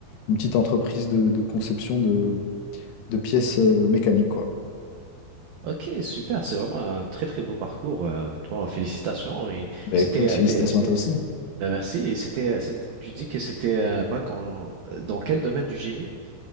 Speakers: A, on the left; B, on the right.
A: une petite entreprise de, de conception de, de pièces euh, mécaniques, quoi.
B: ok, super. C'est vraiment un très très beau parcours, euh, honnêtement. Félicitations. Et
A: Bah
B: c'était,
A: écoute,
B: euh,
A: félicitations
B: t'es- c'est-
A: à toi aussi.
B: c'est- ben, merci. Et c'était, euh, c'est- tu dis que c'était un bac en, euh, dans quel domaine du génie?